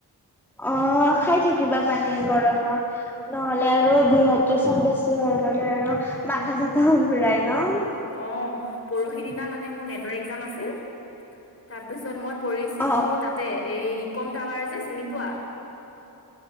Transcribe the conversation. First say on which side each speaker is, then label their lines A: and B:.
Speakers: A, in the centre; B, on the left.
A: অ', খাই থাকিবা পানী গৰমত। নহলে আৰু ডিহাইড্ৰেচন বেছি হৈ গলে, আৰু
B: উম
A: মাথা চাথাও ঘূৰাই ন।
B: অ', পৰহি দিনা মানে মোৰ নেটৰ একজাম আছিল তাৰপিছত মই পৰিছিলোঁ,
A: অ
B: তাতে এই ইকম টাৱাৰ যে চিনি পোৱা